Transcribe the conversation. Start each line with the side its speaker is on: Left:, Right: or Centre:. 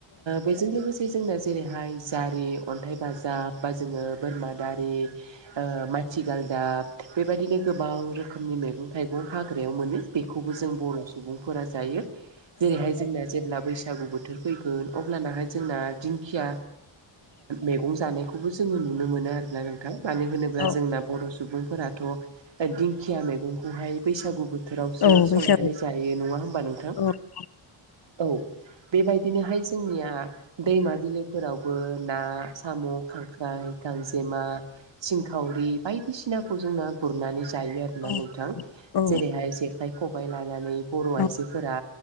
Right: बेजों लोगोसे ओमफ्राय जोंना जेरैहाय जारि अन्थाइ बाजाब बा जोङो बोरमा दारि माथिगालदाब बेबायदिनो गोबां रोखोमनि मैगं थाइगं हाग्रायाव मोनो। बेखौबो जों बर' सुबुंफोरा जायो। जेरैहाय जोंना जेब्ला बैसागु बोथोर फैगोन अब्लानाहाय जोंना दिंखिया मैगं जानायखौबो जोङो नुनो मोनो। मोनो आरोना नोंथां मानो होनोब्ला
Left: औ
Right: जोंना बर' सुबुंफोराथ' दिंखिया मैगंखौहाय बैसागु बोथोरावसो
Left: औ बैसागु
Right: संनानै जायो नङा होमबा नोंथां।
Left: औ औ
Right: औ बेबायदिनोहाय जोंनिया दैमा बिलोफोरावबो ना साम' खांख्राइ गांजेमा सिंखावरि बायदिसिनाखौ जोंना गुरनानै जायो आरो।
Left: औ
Right: नोंथां
Left: औ
Right: जेरैहाय जेखाइ खबाइ लानानै बर'
Left: औ
Right: आइजोफोरा